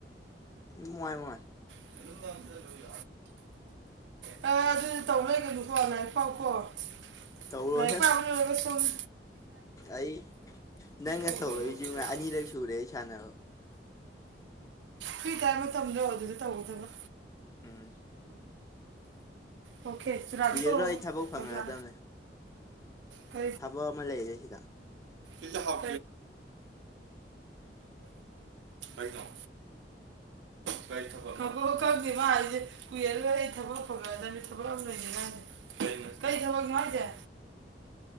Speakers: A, on the left; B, on the right.
A: ꯏꯃꯥꯏ ꯃꯥꯏ꯫
B: <unintelligible> <unintelligible> ꯍꯣꯢ ꯍꯣꯢ ꯑꯗꯨ ꯇꯧ ꯂꯩꯒꯅꯨꯀꯣ ꯂꯥꯏꯔꯤꯛ ꯄꯥꯎꯀꯣ ꯫
A: ꯇꯧꯔꯣꯏꯍꯦ
B: ꯂꯥꯏꯔꯤꯛ ꯄꯥꯕ ꯂꯣꯏꯔꯒ ꯁꯨ <unintelligible>
A: ꯑꯩ ꯅꯪꯒ
B: ꯇꯧꯗꯣ
A: ꯇꯧꯔꯛꯏꯁꯤ
B: ꯑꯗꯨ ꯈꯛꯇ
A: ꯉ
B: ꯇꯧꯋꯦ
A: ꯑꯅꯤꯔꯛ ꯁꯨꯔꯦ ꯑꯩ ꯁꯥꯟꯅꯔꯣ
B: ꯐꯤ ꯇꯥꯏ ꯃꯇꯝꯗꯣ ꯑꯗꯨꯗ ꯇꯧꯒꯗꯕ
A: ꯎꯝ
B: ꯑꯣꯀꯦ ꯆꯔꯕꯤ
A: ꯀꯨꯏꯔꯔꯣꯏ
B: ꯇꯣ
A: ꯑꯩ ꯊꯕꯛ ꯐꯪꯉꯛꯑꯗꯕꯅꯦ
B: ꯑꯣꯖ ꯀ
A: ꯊꯕꯛ ꯑꯃ ꯂꯩꯔꯦ ꯁꯤꯗ
B: ꯏꯂ ꯍꯥꯎ ꯣ ꯀꯣ ꯀꯥꯏ ꯊ ꯈꯪ ꯈꯪꯗꯦ ꯃꯥ ꯍꯥꯏꯁꯦ ꯀꯨꯏꯔꯒ ꯊꯕꯛ ꯐꯪꯒꯗꯕꯅꯤ ꯊꯕꯛ ꯑꯃ ꯂꯩꯅꯤꯉꯥꯏꯁ ꯀꯔꯤ ꯊꯕꯛ ꯅꯨꯡꯉꯥꯏꯁꯦ